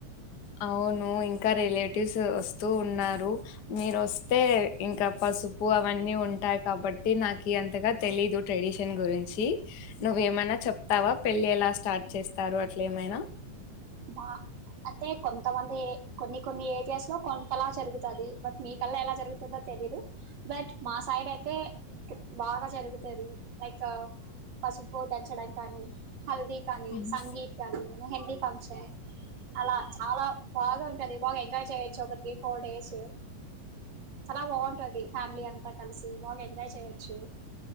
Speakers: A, on the left (about 60°); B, on the right (about 55°).
A: ఆవును ఇంకా రిలేటివ్స్ అస్తూ ఉన్నారు మీరు వస్తే ఇంకా పసుపు అవన్నీ ఉంటాయి కాబట్టి నాకి అంతగా తెలీదు ట్రెడిషన్ గురించి నువ్వేమైనా చెప్తావా పెళ్ళి ఎలా స్టార్ట్ చేస్తారు అట్ల ఏమైనా
B: మా అంటే కొంతమంది కొన్ని కొన్ని ఏరియాస్ లో కొంతలా జరుగుతుది బట్ మీ కల్లా ఎలా జరుగుతుందో తెలీయదు బట్ మా సైడ్ అయితే బాగా జరుగుతుంది లైక్ పసుపూ దంచడం కానీ హల్ది కానీ
A: హ్మ్.
B: సంగీత్ కానీ మెహందీ ఫంక్షన్ అ అలా చాలా బాగా ఉంటుంది బాగా ఎం ఎంజాయ్ చేయోచ్చు ఒక త్రీ ఫోర్ డేసు చలా బాగుంటది ఫ్యామిలీ అంతా కలిసి బాగా ఎంజాయ్ చేయొచ్చు